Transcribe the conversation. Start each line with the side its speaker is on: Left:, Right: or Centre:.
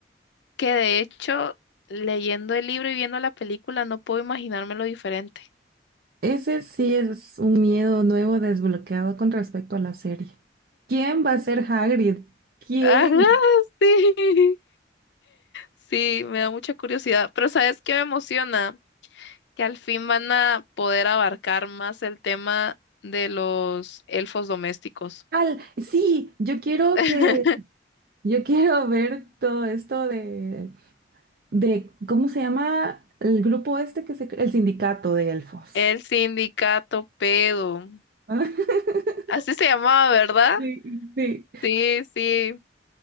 Left: que de hecho, leyendo el libro y viendo la película, no puedo imaginármelo diferente.
Right: Ese sí es un miedo nuevo desbloqueado con respecto a la serie. ¿Quién va a ser Hagrid? ¿Quién?
Left: <laughs> Ajá, sí. Sí, me da mucha curiosidad. Pero ¿sabes qué me emociona? que al fin van a poder abarcar más el tema de los elfos domésticos.
Right: Al, sí, yo quiero
Left: <laughs>
Right: que, yo quiero ver todo esto de, de, ¿cómo se llama el grupo este que se, el sindicato de elfos?
Left: El sindicato pedo.
Right: <laughs>
Left: Así se llamaba, ¿verdad?
Right: Sí, sí.
Left: Sí, sí.